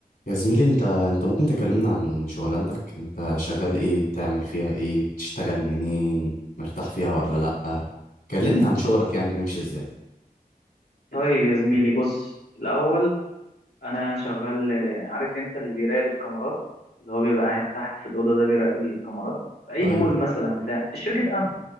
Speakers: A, on the left (about 70°); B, on the left (about 85°).
A: يا زميلي انت انت ممكن تكلمنا عن شغلانتك انت شغال ايه بتعمل فيها ايه بتشتغل منين مرتاح فيها ولا لأ كلمنا عن شغلك يعني بيمشي ازاي
B: طيب يا زميلي بص الأول أنا شغال عارف أنت اللي بيراقب الكاميرات اللي هو بيبقى قاعد تحت في الأوضة ده بيراقب الكاميرات في أي
A: ايوه
B: مول مثلا بتاع شركة أمن